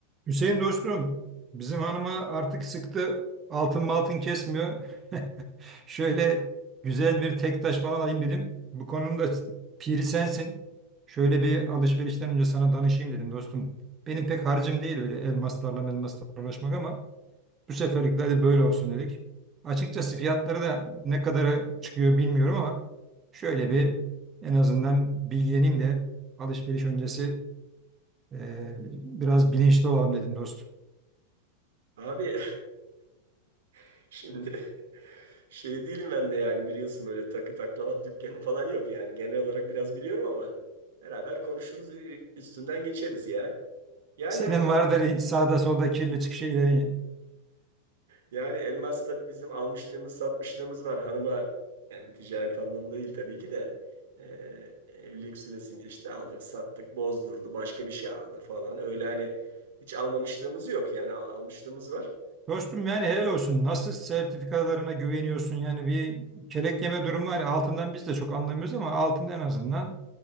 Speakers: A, on the right; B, on the right.
A: Hüseyin dostum, bizim hanıma artık sıktı altın maltın kesmiyor. <laughs> Şöyle güzel bir tek taş falan alayım dedim. Bu konunun da piri sensin. Şöyle bir alışverişten önce sana danışayım dedim dostum. Benim pek harcım değil öyle elmaslarla elmaslarla uğraşmak ama bu seferlik de hadi böyle olsun dedik. Açıkçası fiyatları da ne kadara çıkıyor bilmiyorum ama şöyle bir en azından bilgileneyim de alışveriş öncesi eee, biraz bilinçli olalım dedim dostum.
B: Abi <laughs> şimdi şey değilim ben de yani biliyorsun böyle takı taklavat dükkanım falan yok yani. Genel olarak biraz biliyorum ama beraber konuşuruz ü- üstünden geçeriz ya. Yani
A: Senin
B: abi
A: vardır sağda solda kirli çık şeyleri.
B: yani elmas tabii bizim almışlığımız satmışlığımız var hanıma yani ticaret anlamında değil tabii ki de Ee, evlilik süresince işte aldık sattık bozdurdu başka bir şey aldı falan öyle hani hiç almamışlığımız yok yani al- almışlığımız var.
A: Dostum yani helal olsun. Nasıl sertifikalarına güveniyorsun? Yani bir kelek yeme durumu var. Altından biz de çok anlamıyoruz ama altında en azından